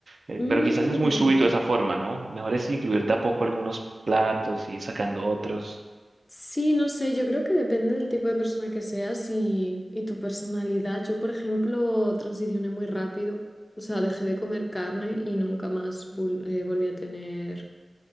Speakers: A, on the right; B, on the left.
A: eh,
B: Mm,
A: pero quizás es muy súbito de esa forma, ¿no? Mejor es incluir de a poco algunos platos y sacando otros.
B: sí, no sé, yo creo que depende del tipo de persona que seas y, y tu personalidad. Yo, por ejemplo, transicioné muy rápido, o sea, dejé de comer carne y nunca más vol- eh, volví a tener